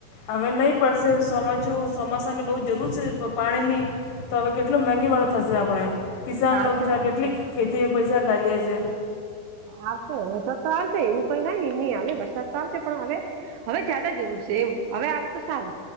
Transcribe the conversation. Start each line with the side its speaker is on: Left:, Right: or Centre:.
Left: હવે નહીં પડશે ચોમાચું ચોમાસાને બહુ જરૂર છે પાણીની. તો હવે કેટલો મગી વાળો થશે આપણે કિસાન
Right: એ આવશે
Left: પછા
Right: આવશે
Left: કેટલી ખેતી પૈસા કાલીએ છે.
Right: આવશે વરસાદ તો આવશે એવું કઈ ના એહી આવે વરસાદ તો આવશે પણ હવે. હવે જદા જરૂર છે એ હવે આવે તો સારું